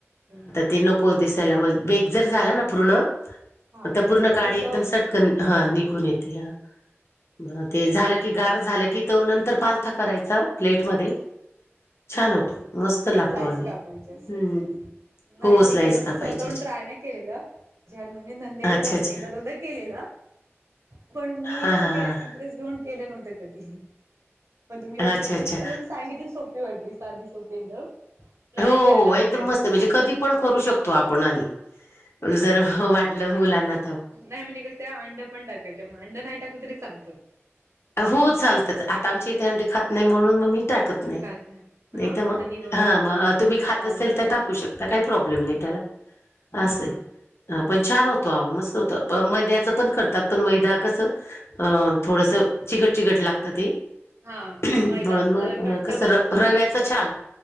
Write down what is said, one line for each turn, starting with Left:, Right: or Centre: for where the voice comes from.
Right: हम्म.
Left: ते नको दिसायला मग बेक जर झाला ना पूर्ण.
Right: हा
Left: पूर्ण
Right: तर अगदी
Left: काडी
Right: सह
Left: एकदम सटकन हं निघून येते हं ते
Right: बरं
Left: झालं की की गार झालं की तो नंतर पालथं करायचं प्लेटमध्ये छान
Right: आणि
Left: होतो
Right: मग
Left: मस्त लागतो
Right: स्लाइस
Left: आणि
Right: कापायचे असे
Left: हम्म
Right: हां. नाई
Left: हो
Right: मी
Left: स्लाईस
Right: कदी अस
Left: कापायच्या
Right: स्वतःहून ट्राय नाही केलेलं. <unintelligible> णजे नंदेरे
Left: अच्छा
Right: दोन
Left: अच्छा
Right: एकदा दोनदा केलेलं. पण मी
Left: हा
Right: एवढं
Left: हा
Right: काय
Left: हा
Right: इंटरेस्ट घेऊन केलं नव्हतं कधी? पण तुम्ही रेसिपीस्
Left: अच्छा अच्छा
Right: असं मी सांगितल त सोपी वाटली साधी, सोपी एकदम ट्राय
Left: हो
Right: करायला
Left: हो
Right: हवे
Left: एकदम
Right: कधी?
Left: मस्त म्हणजे कधी पण करू शकतो आपण आणि जर वाटलं मुलांना
Right: नाई म्हनजे कस त्या अंड पण टाकायच्या पण अंड नाई टाकलं तरी चालतं.
Left: हो चालतंच. आता आमची इथे अंडी खात नाही म्हणून मग मी टाकत
Right: तुम्ही
Left: नाही.
Right: खात
Left: नाही
Right: हा
Left: तर मग
Right: दही वगैरे ठेव.
Left: तुम्ही खात
Right: हा
Left: असेल तर टाकू शकता. आता काही प्रॉब्लेम नाही त्याला.
Right: हम्म
Left: असंय
Right: हम्म.
Left: पण छान होतो अहो मस्त होतं. मैद्याचं पण करतात, पण मैदा कसं अ थोडंसं चिगट चिगट लागत ते.
Right: हा
Left: म्हणून
Right: मैदा अस
Left: मग
Right: जरा घट्ट
Left: कसं
Right: बसतो ना
Left: रव्याचं छान.